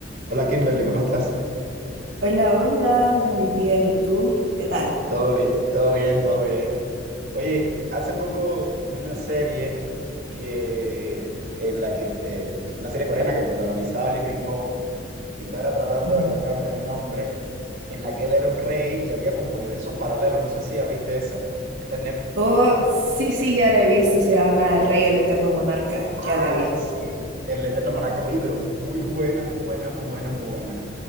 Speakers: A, on the right (about 55°); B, on the right (about 80°).
A: Hola Kimberly, ¿cómo estás?
B: Hola, hola, muy bien. ¿Y tú? ¿Qué tal?
A: Todo bien, todo bien, todo bien. Oye, hace poco vi una serie que en la que eh, una serie coreana que protagonizaba Lee Min-ho y estaba ahora tratando
B: Ujú.
A: de acordarme del nombre, en la que él era un rey y había como universos paralelos. No sé si ya viste esa. Está en Netflix.
B: Oh, sí, sí, ya la he visto. Se llama El Rey, el Eterno Monarca. Ya
A: Ay,
B: la vi.
A: sí. El Eterno Monarca. Oye, pero muy buena, muy buena, muy buena, muy buena.